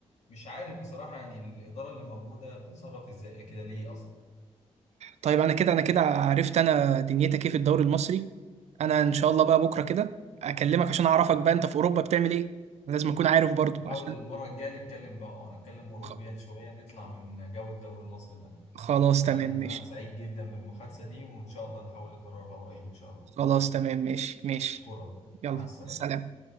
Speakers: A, on the left; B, on the right.
A: مش عارف بصراحه يعني الاداره اللي موجوده بتتصرف ازاي كده ليه اصلا
B: طيب انا كده انا كده عرفت انا دنيتك ايه في الدوري المصري انا ان شاء الله بقى بكره كده اكلمك عشان اعرفك بقى انت في اوروبا بتعمل ايه لازم اكون عارف برضو
A: نحاول
B: عشان
A: المره الجايه نتكلم بقى اه نتكلم اوروبيا
B: خ-
A: شويه نطلع من جو الدوري المصري ده
B: خلاص
A: وانا
B: تمام ماشي
A: سعيد جدا بالمحادثه دي وان شاء الله نحاول نكررها قريب ان شاء الله
B: خلاص تمام ماشي ماشي
A: أشكرك
B: يلا
A: مع السلامة
B: سلام